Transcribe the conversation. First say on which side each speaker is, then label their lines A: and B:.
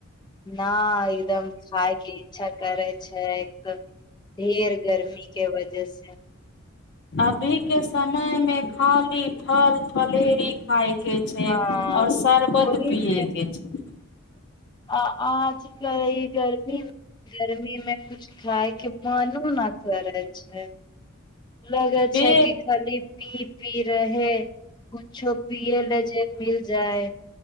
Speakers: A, on the left; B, on the left.
A: नै एकदम खाय के इच्छा करै छै ढेर गर्मी के वजह से
B: अभी के समय मे खाली फल फलेरी खााय के छै
A: हँ
B: ओर सरवत
A: ओहि
B: पियै
A: से
B: के छै
A: आ आज कल ई गर्मी गर्मी मे कुछ खायके मनो न करै छै लगे
B: बे
A: छै कि खाली पी पी रहे कुछो पियए ले जे मिल जाय